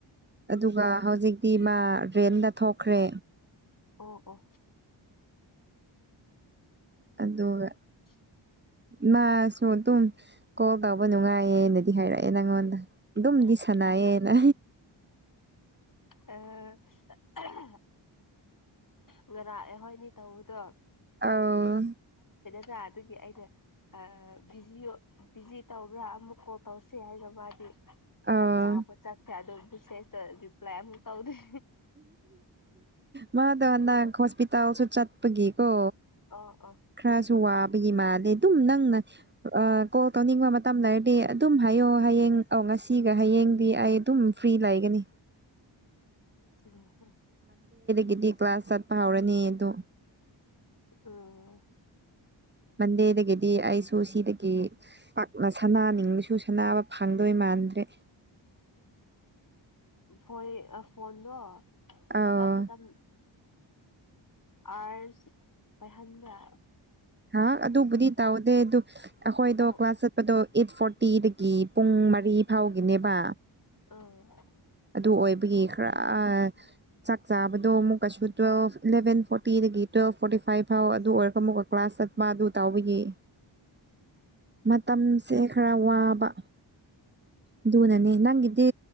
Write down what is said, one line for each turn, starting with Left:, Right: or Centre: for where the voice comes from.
Right: ꯑꯗꯨꯒ ꯍꯧꯖꯤꯛꯇꯤ ꯃꯥ ꯔꯦꯟꯗ ꯊꯣꯛꯈ꯭ꯔꯦ
Left: ꯑꯣ ꯑꯣ
Right: ꯑꯗꯣꯒ
Left: <unintelligible> <inaudible>
Right: ꯃꯥꯁꯨ ꯑꯗꯨꯝ ꯀꯣꯜ ꯇꯧꯕ ꯅꯨꯡꯉꯥꯏꯌꯦꯅꯗꯤ ꯍꯥꯏꯔꯛꯑꯦ ꯅꯪꯉꯣꯟꯗ ꯑꯗꯨꯝꯗꯤ
Left: ꯑꯥ
Right: ꯁꯅꯥꯌꯦꯅ
Left: ꯑ <unintelligible> <inaudible> ꯉꯔꯥꯛꯑ ꯍꯣꯏꯅꯦ ꯇꯧꯕꯗꯣ
Right: ꯑꯥ
Left: ꯈ꯭ꯔꯥ ꯑꯗꯨꯒꯤ ꯑꯩꯅ ꯕꯤꯖꯤ ꯕꯤꯖꯤ ꯇꯧꯕ꯭ꯔꯥ ꯑꯃꯨꯛ ꯀꯣꯜ ꯇꯧꯁꯦ ꯍꯥꯏꯔ ꯃꯥ
Right: ꯑꯧ
Left: ꯆꯥꯛ ꯆꯥꯕꯠ ꯆꯠꯀꯦ ꯑꯗꯣ ꯕꯤꯁꯦꯁꯇ ꯔꯤꯄ꯭ꯂꯥꯏ ꯑꯃꯨꯛ ꯇꯧꯗꯣꯏ
Right: ꯃꯥꯗ ꯅꯪ ꯍꯣꯁꯄꯤꯇꯥꯜ ꯏ ꯇꯥꯎꯁꯨ ꯆꯠꯄꯒꯤꯀꯣ
Left: ꯑꯣ ꯑꯣ
Right: ꯈꯔꯁꯨ ꯋꯥꯕꯒꯤ ꯃꯥꯗꯦ ꯑꯗꯨꯝ ꯅꯪꯅ ꯑ ꯀꯣꯜ ꯇꯧꯅꯤꯡꯕ ꯃꯇꯝ ꯂꯩꯔꯗꯤ ꯑꯗꯨꯝ ꯍꯥꯏꯌꯣ ꯍꯌꯦꯡ ꯑꯧ ꯉꯁꯤꯒ ꯍꯌꯦꯡꯗꯤ ꯑꯩ ꯑꯗꯨꯝ ꯐ꯭ꯔꯤ ꯂꯩꯒꯅꯤ
Left: ꯑ <unintelligible> <inaudible>
Right: ꯒꯤꯗꯤ ꯀ꯭ꯂꯥꯁ ꯆꯠꯄ ꯍꯧꯔꯅꯤ ꯑꯗꯨ
Left: ꯎꯝ
Right: ꯃꯗꯦꯗꯒꯦꯗꯤꯁ ꯑꯗꯨ ꯁꯤꯗꯒꯤ ꯄꯥꯛꯅ ꯁꯅꯥꯅꯤꯡꯕꯁꯨ ꯁꯅꯕ ꯐꯪꯗꯣꯏ ꯃꯥꯟꯗ꯭ꯔꯦ
Left: ꯐꯣꯏ ꯐꯣꯟꯗꯣ
Right: ꯑꯥ
Left: ꯃꯇꯝ ꯃꯇꯝ ꯑꯥꯔꯁ ꯄꯥꯏꯍꯟꯕ꯭ꯔ
Right: ꯍꯥ ꯑꯗꯨ ꯔꯤ ꯇꯥꯎꯗꯦ ꯑꯗꯨ ꯑꯩꯈꯣꯏꯗꯣ
Left: ꯑꯣ
Right: ꯀ꯭ꯂꯥꯁ
Left: ꯑꯣ
Right: ꯆꯠꯄꯗꯣ ꯑꯩꯠ ꯐꯣꯔꯇꯤꯗꯒꯤ ꯄꯨꯡ ꯃꯔꯤ ꯐꯥꯎꯒꯤꯅꯦꯕ
Left: ꯑ
Right: ꯑꯗꯨ ꯑꯣꯏꯕꯒꯤ ꯈꯔ ꯆꯥꯛ ꯆꯥꯕꯗꯣ ꯑꯃꯨꯛꯀꯩꯁꯨ ꯇꯨꯋꯦꯜ ꯏꯂꯚ ꯐꯣꯔꯇꯤꯗꯒꯤ ꯇꯨꯋꯦꯜꯐ ꯐꯣꯔꯇꯤ ꯐꯥꯏꯚ ꯐꯥꯎ ꯑꯗꯨ ꯑꯣꯏꯔꯒ ꯑꯃꯨꯛꯀ ꯀ꯭ꯂꯥꯁ ꯁꯠꯃꯥꯗꯨ ꯇꯥꯎꯕꯒꯤ
Left: <unintelligible> <inaudible>
Right: ꯃꯇꯝꯁꯦ ꯈꯔ ꯋꯥꯕ ꯑꯗꯨꯅꯅꯦ ꯅꯪꯒꯤꯗꯤ